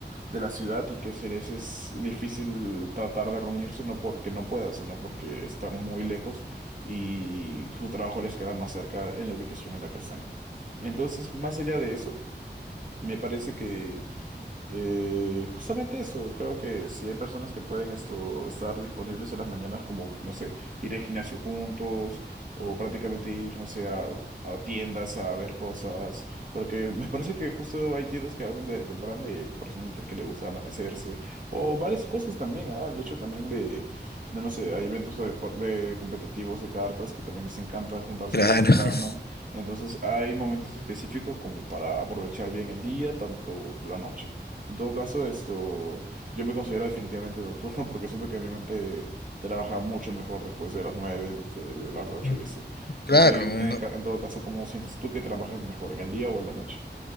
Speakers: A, on the right; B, on the left.
A: de la ciudad y que se les es difícil tratar de reunirse, no porque no puedan, sino porque están muy lejos y su trabajo les queda más cerca en la ubicación en la que están. Entonces, más allá de eso, me parece que eh, justamente eso, creo que si hay personas que pueden esto, estar disponibles en las mañanas, como, que, no sé, ir al gimnasio juntos o prácticamente ir, no sé, a, a tiendas a ver cosas, porque me parece que justo hay tiendas que abren desde temprano y hay personitas que le gusta amanecerse o varias cosas también, ah, El hecho también de, de, no sé, hay eventos de, por- de competitivos de cartas que también les encanta juntarse
B: Claro.
A: desde temprano,
B: <laughs>
A: entonces hay momentos específicos como para aprovechar bien el día, tanto la noche. En todo caso, esto, yo me considero definitivamente nocturno <laughs> porque siento que mi mente trabaja mucho mejor después de las 9, de, de las ocho
B: Mm.
A: y así.
B: Claro,
A: No sé,
B: uno-
A: en, ca- en todo caso, ¿cómo sientes tú que trabajas mejor, en el día o en la noche?